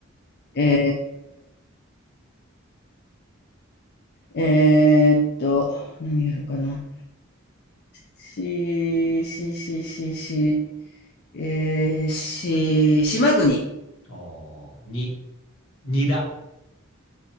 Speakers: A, on the left; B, on the left.
A: えー、えーっと、何があるかな。し、し、し、し、し、えー、し、島国。
B: おーに、にだ、